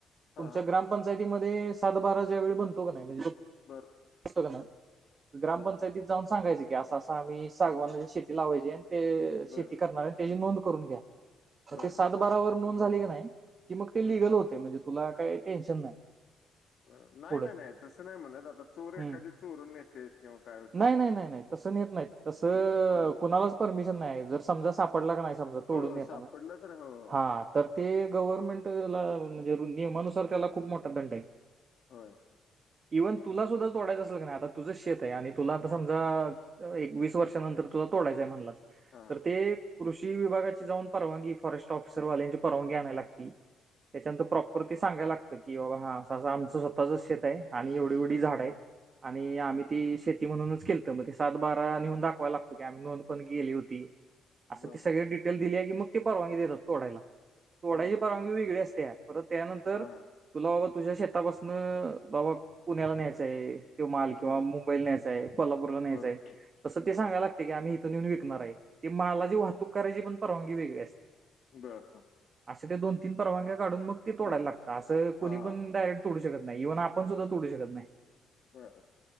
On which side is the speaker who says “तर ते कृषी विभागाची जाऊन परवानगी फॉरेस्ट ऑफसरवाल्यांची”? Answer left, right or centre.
Right